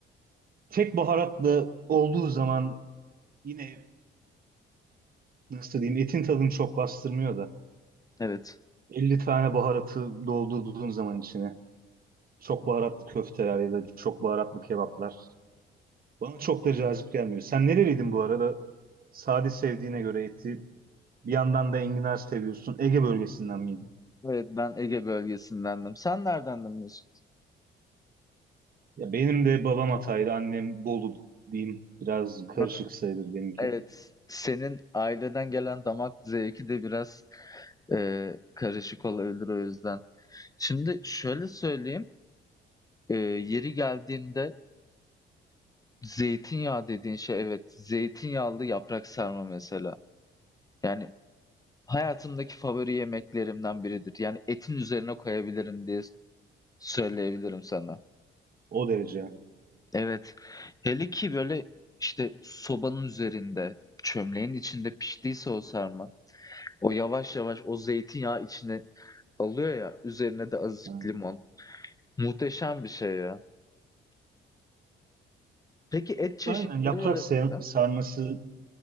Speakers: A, on the right; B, on the left.
A: Tek baharatlı olduğu zaman yine nasıl diyeyim etin tadını çok bastırmıyor da
B: Evet.
A: 50 tane baharatı doldurduğun zaman içine çok baharatlı köfteler ya da çok baharatlı kebaplar bana çok da cazip gelmiyor. Sen nereliydin bu arada? Sade sevdiğine göre eti bir yandan da enginar seviyorsun. Ege bölgesinden miydin?
B: Evet ben Ege bölgesindendim. Sen neredendin Mesut?
A: Ya benim de babam Hataylı, annem Bolu diyeyim. Biraz karışık
B: Ha,
A: sayılır benimki.
B: Evet. Senin aileden gelen damak zevki de biraz eee, karışık olabilir o yüzden. Şimdi şöyle söyleyeyim. eee, yeri geldiğinde Zeytinyağı dediğin şey evet. Zeytinyağlı yaprak sarma mesela. Yani hayatımdaki favori yemeklerimden biridir. Yani etin üzerine koyabilirim diye söyleyebilirim sana.
A: O derece. yani.
B: Evet. Hele ki böyle işte sobanın üzerinde, çömleğin içinde piştiyse o sarma. O yavaş yavaş o zeytinyağı içine alıyor ya. Üzerine de azıcık
A: Ha,
B: limon. Muhteşem bir şey ya. Peki et çeşitleri
A: Aynen yaprak
B: arasında?
A: ser- sarması